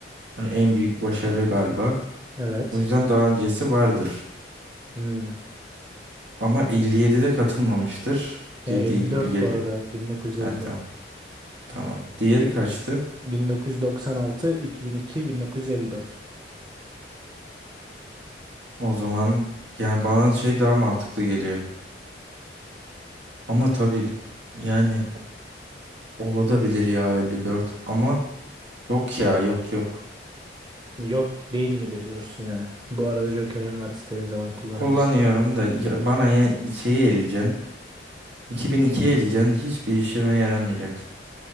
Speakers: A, on the right; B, on the right.
A: hani en büyük başarı galiba.
B: Evet.
A: O yüzden daha öncesi vardır.
B: Hmm.
A: Ama 57'de katılmamıştır dediği
B: E, 54
A: gibi geliyor.
B: bu arada 1954.
A: He tamam. Tamam. Diğeri kaçtı?
B: 1996, 2002, 1954.
A: O zaman yani bana şey daha mantıklı geliyor. Ama tabii yani olabilir ya 54 ama yok ya yok yok.
B: Yok değil midir diyorsun yani. Bu arada Joker'in var istediğin zaman kullanabilirsin.
A: Kullanıyorum da ya bana yine şeyi eleyeceksin. 2002 eleyeceksin. Hiçbir işime yaramayacak.